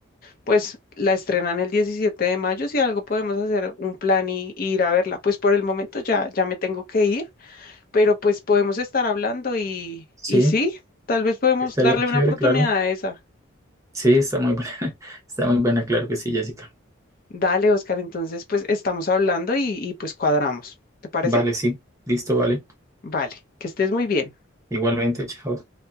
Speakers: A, on the left (about 45°); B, on the right (about 15°).
A: pues la estrenan el 17 de mayo, si algo podemos hacer un plan y, y ir a verla. Pues por el momento ya, ya me tengo que ir, pero pues podemos estar hablando y,
B: Sí,
A: y sí, tal vez podemos
B: estaría
A: darle
B: chévere,
A: una oportunidad
B: claro.
A: a esa.
B: Sí, está muy buena. <laughs> Está muy buena, claro que sí, Jessica.
A: Dale, Oscar, entonces pues estamos hablando y, y pues cuadramos. ¿Te parece?
B: Vale, sí. Listo, vale.
A: Vale, que estés muy bien.
B: Igualmente, chao.